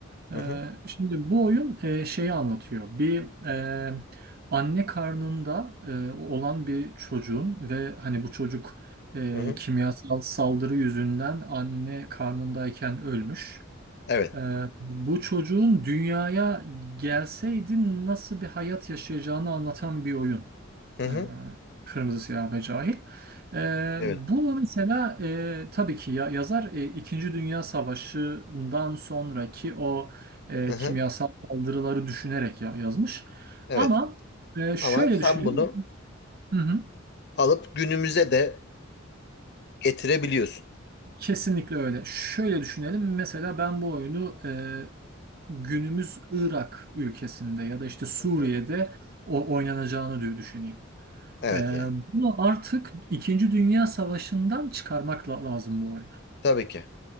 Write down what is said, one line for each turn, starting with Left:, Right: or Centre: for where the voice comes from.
Left: Hı
Right: Ee,
Left: hı.
Right: Şimdi bu oyun e, şeyi anlatıyor. Bir e, anne karnında e, olan bir çocuğun ve hani bu çocuk e,
Left: Hı hı.
Right: kimyasal saldırı yüzünden anne karnındayken ölmüş.
Left: Evet.
Right: Ee, bu çocuğun dünyaya gelseydi nasıl bir hayat yaşayacağını anlatan bir oyun.
Left: Hı hı.
Right: Ee, Kırmızı Siyah ve Cahil. Ee,
Left: Evet.
Right: bunu mesela e, tabii ki ya, yazar e, İkinci Dünya Savaşı'ndan sonraki o e,
Left: Hı hı.
Right: kimyasal saldırıları düşünerek ya, yazmış.
Left: Evet.
Right: Ama e, şöyle
Left: Ama sen
Right: düşünelim.
Left: bunu
Right: Hı hı.
Left: alıp günümüze de getirebiliyorsun.
Right: Kesinlikle öyle. Şöyle düşünelim. Mesela ben bu oyunu e, günümüz Irak ülkesinde ya da işte Suriye'de
Left: Hı hı.
Right: o oynanacağını dü- düşüneyim.
Left: Evet
Right: E,
Left: yani.
Right: bunu artık İkinci Dünya Savaşı'ndan çıkarmak la- lazım bu oyunu.
Left: Tabii ki.